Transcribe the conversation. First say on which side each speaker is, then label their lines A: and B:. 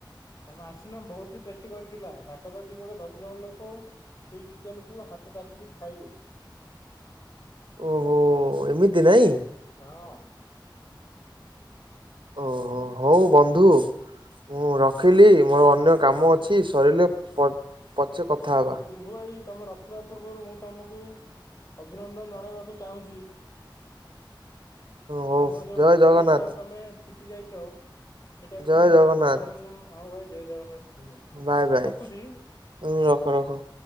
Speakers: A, on the left; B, on the right.
A: ତମେ ଆସିନ ବହୁତ ଟେଷ୍ଟ କରିଥିଲା। ପାଖାପାଖି ଗୋଟେ ଦଶ ଜଣ ଲୋକ ସେଇ ଚିକେନ କୁ ହାତ ଚାଟିକିରି ଖାଇଲେ।
B: ଓହୋ ଏମିତି ନାଇଁ?
A: ହଁ।
B: ଓହୋ ହଉ ବନ୍ଧୁ ମୁଁ ରଖିଲି ମୋର ଅନ୍ୟ କାମ ଅଛି। ସରିଲେ ପ ପଛେ କଥା ହେବା।
A: ମୁଁ ଏଇ ତମେ ରଖିବା ପୂର୍ବରୁ ମୁଁ ତମକୁ ଅଭିନନ୍ଦନ ଜଣେଇବାକୁ ଚାହୁଁଛି।
B: ହଉ
A: ତମ ଯୋଉ
B: ଜୟ ଜଗନ୍ନାଥ
A: କେସଟାରୁ ତମେ ଫି ଟି ଯାଇଛ ସେଟା
B: ଜୟ
A: ଏବେ ମୁଁ
B: ଜଗନ୍ନାଥ
A: ଅଭିନନ୍ଦନ ହଉ ଭାଇ ଜୟ ଜଗନ୍ନାଥ। ଠିକ ଅଛି ଠିକ
B: ବାଏ
A: ଅଛି
B: ବାଏ
A: ରଖୁଛି।
B: ତୁମେ ରଖ ରଖ।